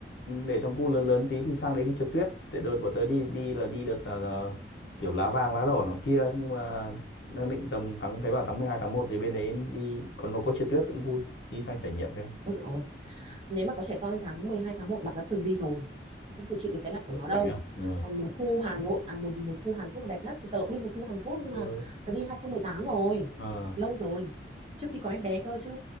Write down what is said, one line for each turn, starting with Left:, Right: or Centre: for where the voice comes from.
Left: để thằng cu lớn lớn tí thì sang đấy đi trượt tuyết tại đợt bọn tớ đi đi là đi đợt là, kiểu lá vàng lá đỏ nó kia ấy. nhưng mà đang định tầm tháng thấy bảo tháng 12 tháng một thì bên đấy đi còn nó có trượt tuyết cũng vui đi sang trải nghiệm xem
Right: ôi dồi ôi. nếu mà có trẻ con thì tháng 12 tháng một, bạn đã từng đi rồi không thể chịu được cái lạnh của
Left: Ừ,
Right: nó đâu
Left: lạnh à ừ
Right: còn mùa thu Hà Nội à mùa mùa thu Hàn Quốc đẹp nhất thì tớ cũng đi mùa thu Hàn Quốc nhưng
Left: ừ
Right: mà tớ đi 2018 rồi
Left: ờ
Right: lâu rồi trước khi có em bé cơ chứ